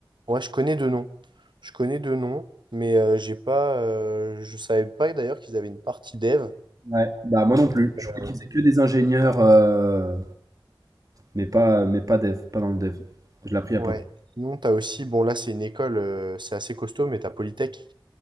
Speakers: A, on the right; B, on the right.
A: Ouais, je connais deux noms. Je connais deux noms, mais euh, j'ai pas, euh, je savais pas d'ailleurs qu'ils avaient une partie dev.
B: Ouais. Bah moi non plus. Je
A: Euh,
B: crois que c'est que des ingénieurs, euh, mais pas, mais pas dev, pas dans le dev. Je l'ai appris à
A: ouais.
B: pas.
A: Sinon, t'as aussi, bon là c'est une école, euh, c'est assez costaud, mais t'as Polytech,